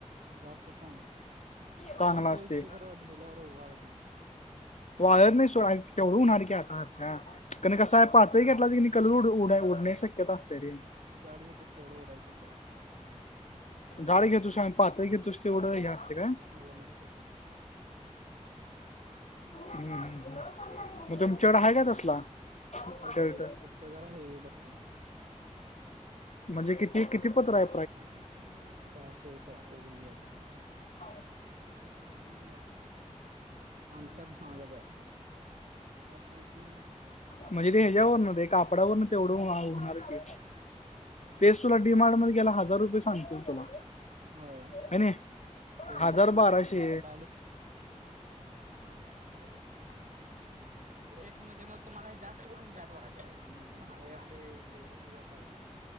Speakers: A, on the right; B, on the left.
A: जायचं चांगलं असतं
B: चांगला
A: जाड
B: असते
A: चा विषय खरं धुल्यावर उभा राहत नाही.
B: वायरने सोड तेवढ होणार की अक्ष्या. कन कसा आहे पातळ घेतलास की कलर उडाय उडण्याची शक्यता असत्या रे.
A: जाड घेतोस तेवढं उडायची शक्यता असंत्या.
B: जाड घेतोस अन पातळ घेतोस तेवढ हे काय
A: मोठा व्हॅन असते.
B: हु हु मग तुमच्याकडे हाय का तसला
A: आहेत
B: शर्ट.
A: की फक्त जरा हेवी बसतय.
B: म्हणजे किती किती पतुर हाय?
A: आमच्या साईज मध्ये सहाशे सातशे पर्यंत जातंय.
B: खाऊन.
A: हा दोन्ही दिलं हा मला भी सांगत आहे आठ पॉईंट टू मध्ये बघ.
B: म्हणजे ते याच्यावरन रे ते कापडावरन तेवढं होणार की. तेच तुला डीमार्ट मध्ये गेल्यावर हजार रुपये सांगतील तुला.
A: होय
B: है नी
A: एक
B: हजार
A: मीनट
B: बाराशे
A: एक काय झालं द ते खाली याच्यातच <unintelligible> मग. तुम्हाला यात जास्त करून ह्यात व्हॅरिटी आहेत तुम्ही नको म्हणायलाय <unintelligible> एवढ्यात